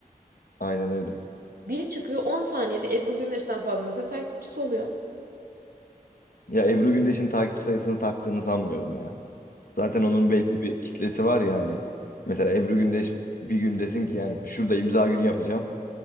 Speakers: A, on the left; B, on the right.
A: Aynen öyle.
B: Biri çıkıyor 10 saniyede Ebru Gündeş'ten fazla mesela takipçisi oluyor.
A: Ya Ebru Gündeş'in takipçi sayısını taktığını sanmıyorum ya. Zaten onun belli bir kitlesi var ya hani. Mesela Ebru Gündeş bir gün desin ki yani şurada imza günü yapacağım.